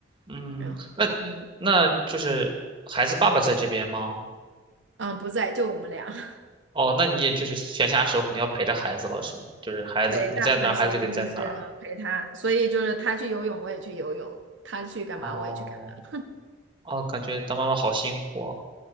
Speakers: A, on the right; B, on the right.
A: 嗯，
B: 然后，
A: 那那就是孩子爸爸在这边吗？
B: 嗯嗯，不在，就我们俩，<laughs>
A: 哦，那你也就是闲暇时候肯定要陪着孩子了，是吗？就是孩子你在哪儿，
B: 对，大部分时间都是陪他，
A: 孩子就得在哪儿。
B: 所以就是他去游泳，我也去游泳；他去干嘛，
A: 哦
B: 我也去干嘛。
A: 哦，感觉当妈妈好辛苦哦。